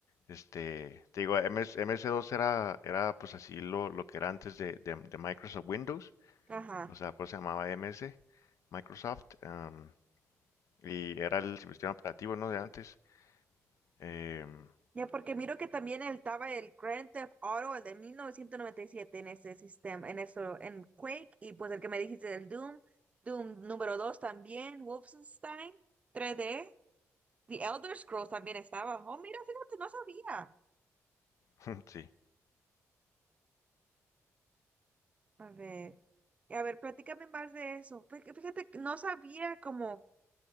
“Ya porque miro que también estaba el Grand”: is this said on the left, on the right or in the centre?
Right